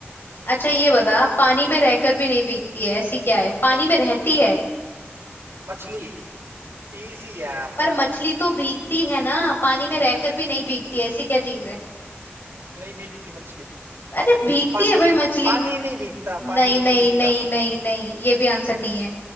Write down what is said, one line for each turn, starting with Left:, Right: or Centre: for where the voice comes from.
Left: अच्छा ये बता पानी में रहकर भी नहीं भीगती है ऐसी क्या है पानी में रहती है
Right: मछली इजी यार
Left: पर मछली तो भीगती है ना पानी में रहकर भी नहीं भीगती ऐसी क्या चीज है
Right: नहीं भीगती मछली
Left: अरे भीगती
Right: पानी
Left: है भाई मछली
Right: पानी नहीं भीगता पानी
Left: नहीं नहीं
Right: नहीं भीगता
Left: नहीं नहीं नहीं ये भी आंसर नहीं है